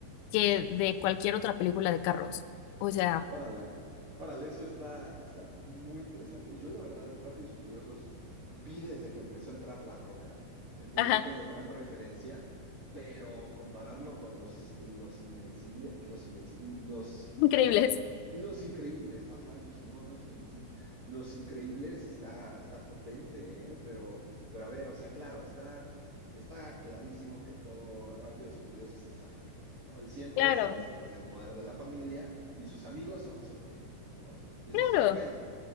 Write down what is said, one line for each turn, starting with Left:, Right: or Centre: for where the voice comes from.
Left: que de cualquier otra película de carros. O sea,
Right: Órale, órale, eso está, está muy interesante. Yo, la verdad, Rápidos y Furiosos vi desde que empezó a entrar La Roca, entonces
Left: ajá,
Right: no tengo gran referencia, pero compararlo con los, los Invencibles, los Invencibles,
Left: <laughs> increíbles.
Right: Los Increíbles, ajá, yo dije, no, no es Los Invencibles. Los Increíbles está, está potente, ¿eh? Pero, pero a ver, o sea, claro, está, está clarísimo que todo Rápidos y Furiosos es la familia, ¿no? Y siempre
Left: Claro,
Right: se vence con el poder de la familia y sus amigos son su familia, ¿no? Y
Left: claro.
Right: eso es cada peli.